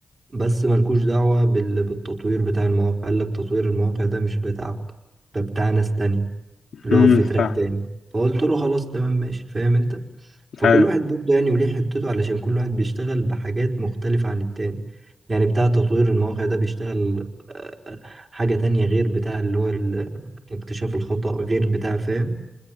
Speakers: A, on the right (about 45°); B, on the left (about 75°).
A: بس ملكوش دعوه بال- بالتطوير بتاع المواقع قال لك تطوير المواقع ده مش بتاعكم ده بتاع ناس تانية اللي
B: امم
A: هو في
B: فاهم
A: تراك تاني فقلت له خلاص تمام ماشي فاهم انت فكل
B: أيوة.
A: واحد برضه يعني وليه حتته علشان كل واحد بيشتغل بحاجات مختلفة عن التاني يعني بتاع تطوير المواقع ده بيشتغل آه، حاجة تانية غير بتاع اللي هو ال- اكتشاف الخطأ غير بتاع فاهم